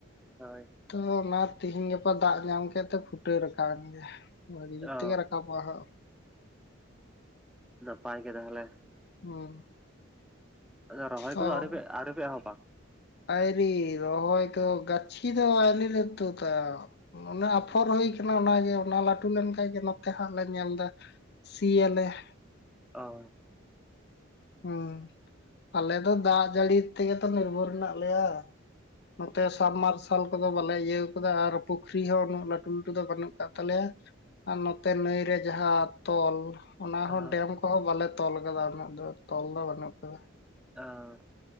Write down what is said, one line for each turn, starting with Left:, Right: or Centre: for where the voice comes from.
Centre: ᱦᱳᱭ
Left: ᱛᱚᱞᱟ ᱛᱤᱦᱤᱧ ᱜᱟᱯᱟ ᱫᱟᱜ ᱧᱟᱢ ᱠᱮᱫ ᱛᱮ ᱯᱷᱩᱴᱟᱹᱣ ᱨᱟᱠᱟᱣ ᱮᱱ ᱜᱮᱭᱟ ᱵᱷᱟᱹᱜᱤ
Centre: ᱚ
Left: ᱛᱤᱜᱤ ᱨᱟᱠᱟᱵᱚ-ᱟ ᱦ
Centre: ᱱᱟᱯᱟᱭ ᱜᱮ ᱛᱟᱦᱞᱮ
Left: ᱦᱩᱸ
Centre: ᱟᱫᱚ ᱨᱚᱦᱚᱭ
Left: ᱛᱚ
Centre: ᱠᱚᱫᱚ ᱟᱣᱨᱤ ᱟᱣᱨᱤ ᱯᱮ ᱮᱦᱚᱵ-ᱟ
Left: ᱟᱭᱨᱤ ᱨᱟᱦᱚᱭ ᱠᱚ ᱜᱟᱪᱷᱤ ᱫᱚ ᱟᱭᱞᱤ ᱞᱮ ᱛᱩᱫ-ᱟ ᱚᱱᱚᱱᱮ ᱟᱯᱷᱚᱨ ᱦᱩᱭ ᱠᱟᱱᱟ ᱚᱱᱟᱜᱮ ᱚᱱᱟ ᱞᱟᱹᱴᱩ ᱞᱮᱱᱠᱷᱟ ᱜᱮ ᱱᱚᱛᱮ ᱦᱟᱸᱜ ᱞᱮ ᱧᱮᱞ ᱮᱫᱟ ᱥᱤᱻᱭᱟᱞᱮ
Centre: ᱚ <unintelligible>
Left: ᱦᱩᱸ ᱟᱞᱮ ᱫᱚ ᱫᱟᱜ ᱡᱟᱹᱲᱤ ᱛᱮᱜᱮ ᱛᱚ ᱱᱤᱨᱵᱷᱚᱨ ᱢᱮᱱᱟᱜ ᱞᱮᱭᱟ ᱱᱚᱛᱮ ᱥᱟᱢᱢᱟᱨᱥ <unintelligible> <unintelligible> ᱠᱚᱫᱚ ᱵᱟᱞᱮ ᱤᱭᱟᱹᱣ ᱟᱠᱟᱫᱼᱟ ᱟᱨ ᱯᱩᱠᱷᱨᱤ ᱦᱚᱸ ᱩᱱᱟᱹᱜ ᱞᱟᱹᱴᱩ ᱞᱟᱹᱴᱩ ᱫᱚ ᱵᱟᱹᱱᱩᱜ ᱟᱠᱟᱫ ᱛᱟᱞᱮᱭᱟ ᱟᱨ ᱱᱚᱛᱮ ᱱᱟᱹᱭ ᱨᱮ ᱡᱟᱦᱟᱸ ᱛᱚᱞ ᱚᱱᱟ
Centre: ᱟᱪᱪᱷᱟ
Left: ᱦᱚᱸ ᱰᱮᱢ ᱠᱚᱦᱚᱸ ᱵᱟᱞᱮ ᱛᱚᱞ ᱟᱠᱟᱫᱟ ᱩᱱᱟᱹᱜ ᱫᱚ ᱛᱚᱞ ᱫᱚ ᱵᱟᱹᱱᱩᱜ ᱟᱠᱟᱫᱟ
Centre: ᱟᱨ <unintelligible>